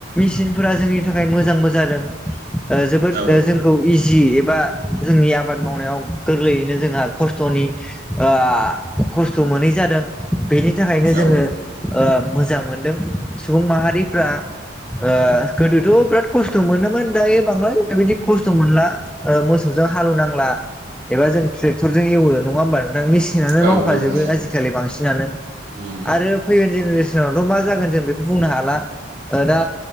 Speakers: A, in the centre; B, on the right (about 50°).
A: मेसिनफोरा जोंनि थाखाय मोजांबो जादों ओ जोबोद ओ
B: औ
A: जों खौ इजि एबा जोंनि आबाद मावनायाव गोरलैयैनो जोंहा खस्थ'नि आ खस्थ' मोनै जादों बेनि थाखायनो
B: औ
A: जोङो ओ मोजां मोनदों सुबुं माहारिफ्रा ओ गोदोथ' बिराद खस्थ' मोनोमोन दायो बांद्राय बेबायदि खस्थ' मोनला। ओ मोसौजों हालौ नांला एबा जों ट्रेक्टर जों एवो नङा होमबा नोंथां मेसिन सिनानो
B: औ
A: मावखाजोबो
B: नंगौ
A: आजिखालि बांसिनानो
B: उम
A: आरो फैगोन जेनेरेसनावथ' मा जागोन जों बेखौ बुंनो हाला ओ दा